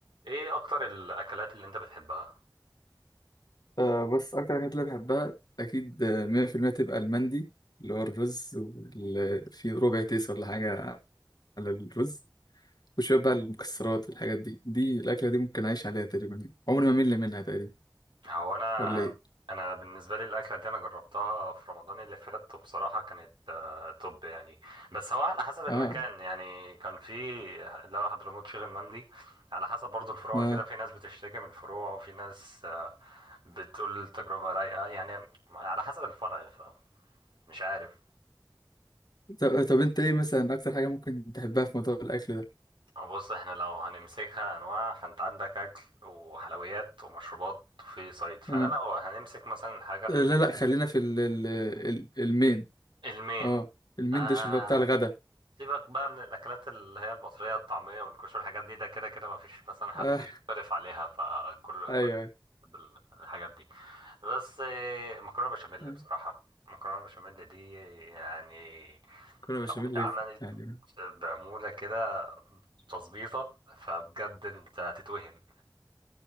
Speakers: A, on the right; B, on the left.
A: ايه اكتر الاكلات اللي انت بتحبها
B: آه بس أكتر حاجات اللي بحبها أكيد آه، مية في المية تبقى المندي اللي هو الرز واللي فيه ربع تيس ولا حاجة على الرز وشوية بقى المكسرات والحاجات دي دي الأكلة دي ممكن أعيش عليها تقريبا يعني. عمري ما أمل منها تقريبا
A: هو انا
B: ولا إيه؟
A: انا بالنسبه لي الاكله دي انا جربتها في رمضان اللي فات وبصراحه كانت آه، توب يعني بس هو على حسب المكان
B: آه
A: يعني كان في اللي هو حضرموت شيخ المندي على حسب برضو الفروع
B: آه
A: كده في ناس بتشتكي من الفروع وفي ناس آه، بتقول التجربه رايقه يعني على حسب الفرع فمش عارف
B: طب, طب أنت إيه مثلا أكتر حاجة ممكن تحبها في موضوع الأكل ده؟
A: بص احنا لو هنمسكها انواع فانت عندك اكل وحلويات ومشروبات وفي صيد فانا
B: آه
A: لو هنمسك مثلا حاجه
B: آه، لا لا خلينا في ال ال ال- المين
A: المين
B: آه المين
A: آه
B: ديش اللي هو بتاع الغدا
A: سيبك بقى من الأكلات اللي هي المصرية الطعمية والكشري الحاجات دي ده كده كده مفيش مثلا حد
B: آه
A: يختلف عليها فكل
B: أيوه
A: كل
B: أيوه
A: بيحب ال- الحاجات دي بس آه، مكرونة بشاميل
B: أيوه.
A: بصراحة مكرونة بشاميل دي يعني
B: كنا
A: لو
B: بشاميل
A: اتعملت
B: يعني
A: بعمولة كده تظبيطة فبجد انت هتتوهم